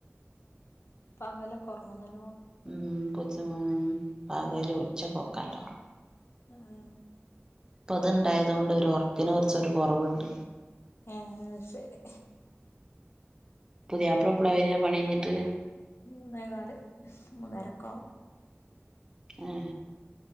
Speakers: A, on the left; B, on the right.
A: പകലൊക്കെ ഉറങ്ങോ ന
B: മം കോച്ച് പകൽ ഉച്ചക്കും കൊക്കെ നല്ലോം ഒർങ്ങും
A: അ ആ
B: ഇപ്പൊ ഇത് ണ്ടായത്‌ കൊണ്ട് ഒരു ഒറക്കിന് കുറച്ചൊരു കുറവുണ്ട്
A: ആ ശരി
B: പുതിയാപ്പളാ എപ്പളാ വര പണികയിഞ്ഞിട്ട്
A: മൂന്നേകാല് മൂന്നരക്കാവും
B: ഏ